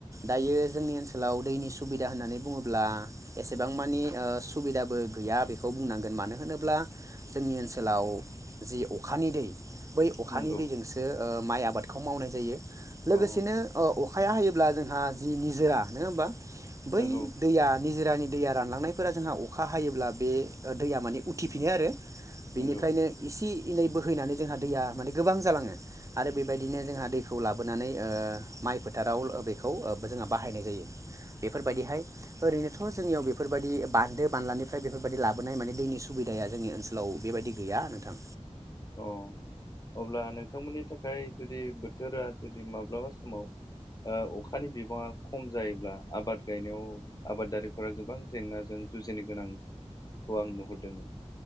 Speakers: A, on the right; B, on the left.
A: दायो जोंनि ओनसोलाव दैनि सुबिदा होननानै बुङोब्ला एसेबां मानि सुबिदाबो गैया बेखौ बुंनांगोन मानो होनोब्ला जोंनि ओनसोलाव जि अखानि दै बै अखानि
B: नंगौ
A: दैजोंसो ओ माइ आबादखौ मावनाय जायो। लोगोसेनो
B: अ
A: अ अखा खाया हयोब्ला जोंहा जि निजोरा नङा होमबा बै
B: नंगौ
A: दैया निजोरानि दैया रानलांनाय फोरा जोंहा अखा हायोब्ला बे दैया माने उथिफिनो आरो बेनिफ्रायनो
B: नंगौ
A: एसे इनै बोहैनानै जोंहा दैया माने गोबां जालाङो आरो बेबायदिनो जोंहा दैखौ लाबोनानै ओ माइ फोथाराव बेखौ जोंहा बाहायनाय जायो बेफोरबायदिहाय ओरैनोथ' जोंनियाव बेफोरबायदि बान्दो बानलानिफ्राय बेफोरबायदि लाबोनाय माने दैनि सुबिदाया जोंनि ओनसोलाव बेबायदि गैया नोंथां
B: अ अब्ला नोंथांमोननि थाखाय जुदि बोथोरा जुदि माब्लाबा समाव ओ अखानि बिबाङा खम जायोब्ला आबाद गायनायाव आबादारिफोरा गोबां जेंनाजों जुजिनो गोनांखौ आं नुहरदों।